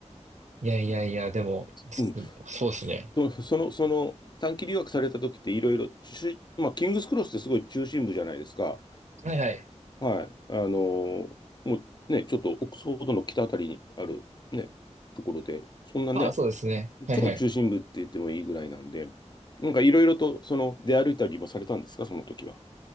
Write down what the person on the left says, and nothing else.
うん。そ、その、その、短期留学された時っていろいろ、しまあ、キングスクロスってすごい中心部じゃないですか。
はい。あのーもうね、ちょっとオックスフォードの北あたりにある、ね、ところで、そんなね、
超中心部って言ってもいいぐらいなんで、なんかいろいろと、その、出歩いたりもされたんですか、その時は。